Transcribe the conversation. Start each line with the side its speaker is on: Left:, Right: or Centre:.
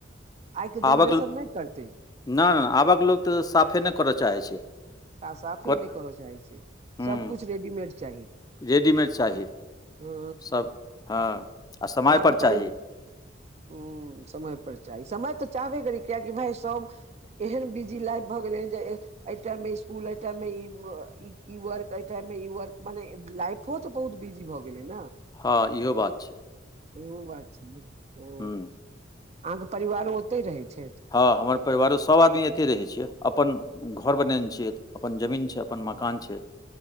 Right: आइ के जेनरेशन
Left: आबक
Right: नहि करते
Left: नहि नहि आबक लोक तऽ साफे नहि करय चाहै छै
Right: आ साफे
Left: कर
Right: नहि करय चाहै छै
Left: हूँ
Right: सभकिछु रेडीमेड चाही
Left: रेडीमेड चाही
Right: ह
Left: सभ हँ आ समयपर
Right: अहाँके परि
Left: चाही
Right: ह समय पर चाही समय त चाहबे करी कियाकि भाय सब एहन बिजी लाइफ भ गेलै जे एहि टाइम मे इकूल ए टाइम मे इ वर्क ए टाइम मे इ वर्क माने लाइफो त बहुत बिजी भ गेले ने
Left: हँ इहो बात छै
Right: इहो बात छै ने ह
Left: हुँ
Right: अहाँके परिवारो ओतहि रहै छैथ
Left: हँ हमर परिवारो सब आदमी एते रहे छिय अपन घर बनेने छीे अपन जमीन छै अपन म कान छै